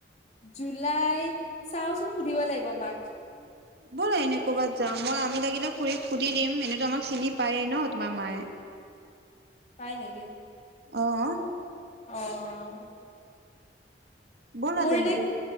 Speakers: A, on the left (about 35°); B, on the right (about 60°).
A: জুলাইত, চাওঁচোন সুধিব লাগিব মাক।
B: ব'লা এনেই ক'ৰবাত যাওঁ, মই আমি লাগিলে খুৰিক সুধি দিম এনেইটো আমাক চিনি পায়ে ন, 'তোমাৰ মায়ে।
A: হয় নেকি?
B: অহ, '
A: অ',
B: ব'লা
A: মোৰ
B: তেন্তে।
A: এতিয়া